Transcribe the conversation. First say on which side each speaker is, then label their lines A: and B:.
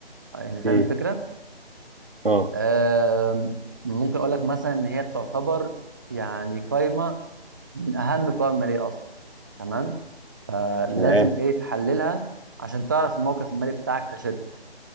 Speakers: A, on the right (about 20°); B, on the right (about 65°).
A: يعني فاهم
B: مم.
A: الفكره
B: اه
A: آم، ممكن اقول لك مثلا ان هي تعتبر يعني قائمه من اهم قوائم الماليه اصلا تمام فلازم
B: تمام
A: ايه تحللها عشان تعرف الموقف المالي بتاعك كشركه